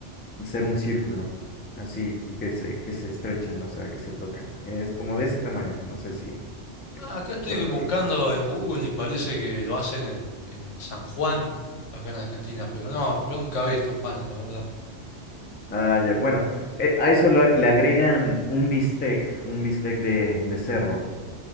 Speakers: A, on the left (about 15°); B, on the left (about 85°).
A: ser un círculo, así que se, que se estrechan, o sea, que se tocan. Es como de ese tamaño, no sé si, si,
B: Ah, Acá
A: si
B: estoy
A: puedes
B: buscando
A: verlo.
B: en Google y parece que lo hacen en, en San Juan, acá en Argentina, pero no, yo nunca vi estos panes, la verdad.
A: Ah, ya. Bueno, eh, a eso lo- le agregan un bistec, un bistec de, de cerdo,